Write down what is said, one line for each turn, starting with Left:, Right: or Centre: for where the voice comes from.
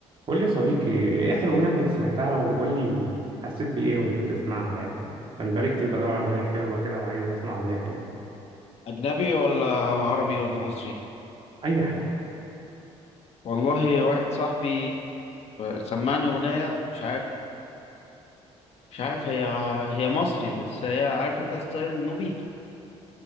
Right: قول لي يا صديقي ايه اخر اغنيه كنت سمعتها وقول لي حسيت بايه وانت بتسمعها يعني عشان بقالي كتير بدور على اغنيه حلوه كده وعايز اسمع اغنيه حلوه
Left: أجنبي ولا عربي ولا مصري
Right: اي حاجه
Left: والله واحد صاحبي سمعني أغنية مش عارف مش عارف هي هي مصري بس هي عارف أنت ستايل النوبي